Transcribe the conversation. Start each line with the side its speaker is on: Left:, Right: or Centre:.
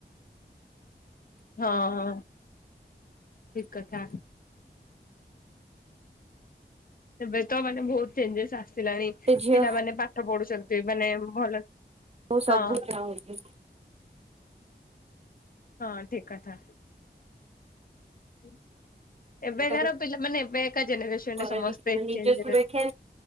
Left: ହଁ ହଁ ଠିକ କଥା। ଏବେ ତ ମାନେ ବହୁତ ଚେଞ୍ଜେସ ଆସିଲାଣି
Right: ସେ ଝିଅ
Left: ପିଲାମାନେ ପାଠ ପଢୁଛନ୍ତି ମାନେ ଭଲ
Right: ମୁଁ ସବୁ
Left: ହଁ
Right: ଚାହୁଁଛି।
Left: ହଁ ଠିକ କଥା। ହୁଁ। ଏବେକାର
Right: ତାକୁ
Left: ପିଲାମାନେ ଏବେକା ଜେନେରେସନରେ
Right: କରନ୍ତି
Left: ସମସ୍ତେ
Right: ନିଜ
Left: <unintelligible>
Right: ସୁରକ୍ଷା